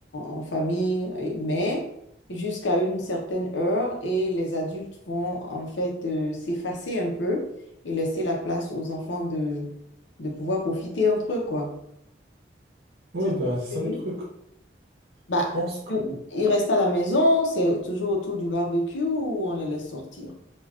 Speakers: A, on the left (about 80°); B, on the right (about 60°).
A: en- en famille, et- mais jusqu'à une certaine heure et les adultes vont en fait euh, s'effacer un peu et laisser la place aux enfants de, de pouvoir profiter entre eux, quoi.
B: ouais,
A: C'est ce
B: ben,
A: que
B: c'est
A: je
B: ça
A: veux
B: le
A: dire.
B: truc.
A: Bah,
B: Je pense que...
A: tout- ils restent à la maison, c'est toujours autour du barbecue ou on les laisse sortir?